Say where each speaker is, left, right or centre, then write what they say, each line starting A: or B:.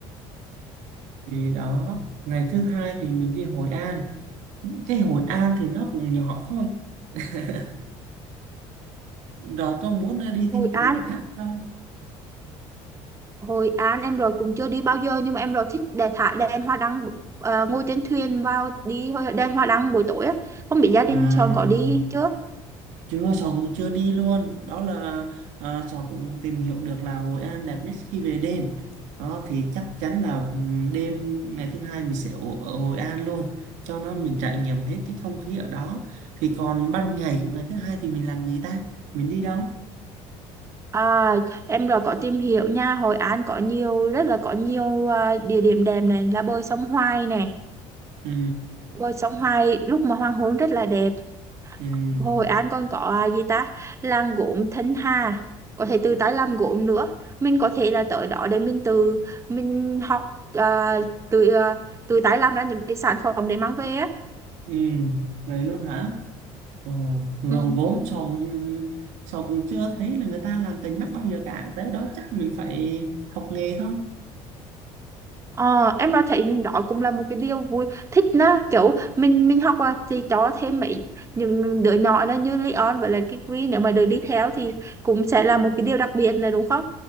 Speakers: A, on the right; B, on the right.
A: thì đó ngày thứ hai thì mình đi Hội An cái Hội An thì nó cũng nhỏ thôi <laughs> rồi có muốn đi
B: Hội
A: thêm chỗ
B: An
A: nào khác không
B: Hội An em rồi cũng chưa đi bao giờ nhưng mà em rồi thích để thả đèn hoa đăng ờ, ngồi trên thuyền vào đi hoa- đèn hoa đăng buổi tối á không biết gia đình
A: à
B: chồng có đi chưa
A: chưa cháu cũng chưa đi luôn đó là à, cháu cũng tìm hiểu được là Hội An đẹp nhất khi về đêm đó thì chắc chắn là ừm, đêm ngày thứ hai mình sẽ ở, ở Hội An luôn cho nó mình trải nghiệm hết cái không khí ở đó thì còn ban ngày của ngày thứ hai thì mình làm gì ta mình đi đâu
B: à, em rồi có tìm hiểu nha Hội An có nhiều rất là có nhiều ờ, địa điểm đẹp này là bơi sông Hoài này
A: ừ
B: bơi sông Hoài lúc mà hoàng hôn rất là đẹp
A: ừ
B: Hồi anh còn có à, gì ta? Làng gốm Thanh Hà. Có thể từ tới làm gốm nữa. Mình có thể là tới đó để mình từ mình học à, từ à, từ tái làm ra những cái sản phẩm để mang về á.
A: ừ vậy luôn hả ồ gồm
B: Ừ.
A: gốm cháu cũng- cháu cũng chưa thấy là người ta làm tình mắt bao giờ cả tới đó chắc mình phải học nghề thôi
B: Ờ, em đã thấy đó cũng là một cái điều vui thích đó kiểu mình mình học à, thì cho thêm mấy những đứa nhỏ đó như Leon với lại Kikri nếu mà được đi theo thì cũng sẽ là một cái điều đặc biệt này đúng không?